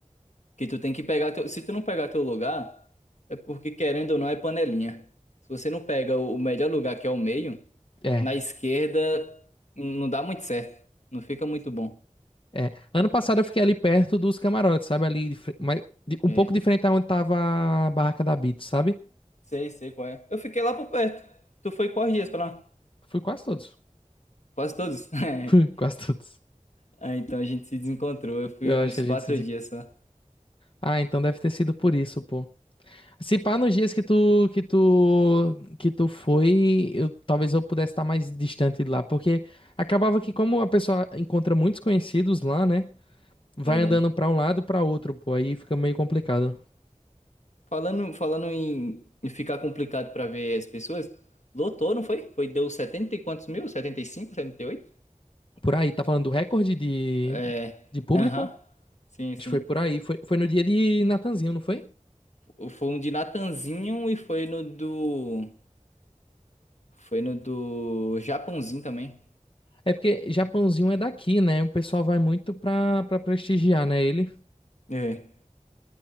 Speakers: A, on the left (about 65°); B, on the left (about 45°).
A: Que tu tem que pegar teu, se tu não pegar teu lugar, é porque querendo ou não é panelinha. Se você não pega o o melhor lugar que é o meio,
B: É,
A: na esquerda n- não dá muito certo, não fica muito bom.
B: é. Ano passado eu fiquei ali perto dos camarotes, sabe? Ali, de fre- mas de- um
A: É.
B: pouco diferente aonde tava a barraca da Beats, sabe?
A: Sei, sei qual é. Eu fiquei lá por perto. Tu foi quais dias pra lá?
B: Fui quase todos.
A: Quase todos. <laughs> É.
B: <laughs> Fui quase todos.
A: Ah, então a gente se desencontrou. Eu fui
B: Eu
A: uns
B: acho que a gente
A: quatro
B: se... des-
A: dias só.
B: Ah, então deve ter sido por isso, pô. Se pá, nos dias que tu que tu que tu foi, eu talvez eu pudesse estar mais distante de lá, porque acabava que como a pessoa encontra muitos conhecidos lá, né? Vai
A: Verdade.
B: andando pra um lado e pra outro, pô, aí fica meio complicado.
A: Falando, falando em, em ficar complicado pra ver as pessoas, lotou, não foi? Foi, deu 70 e quantos mil? setenta setenta e cinco setenta e oito
B: Por aí, tá falando do recorde de
A: É.
B: de público?
A: Aham. Sim, sim.
B: Acho que foi por aí, foi, foi no dia de Natanzinho, não foi?
A: Fo- Foi um de Natanzinho e foi no do. Foi no do Japãozinho também.
B: É porque Japãozinho é daqui, né? O pessoal vai muito pra, pra prestigiar, né, ele.
A: É.